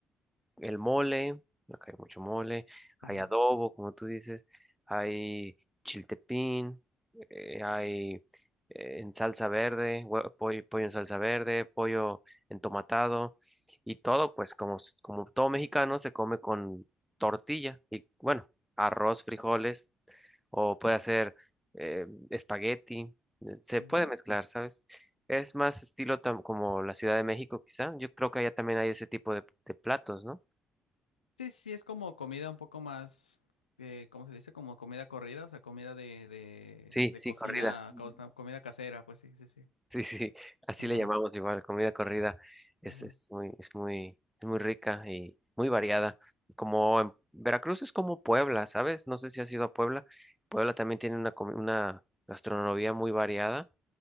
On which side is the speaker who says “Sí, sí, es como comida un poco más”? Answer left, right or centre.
Left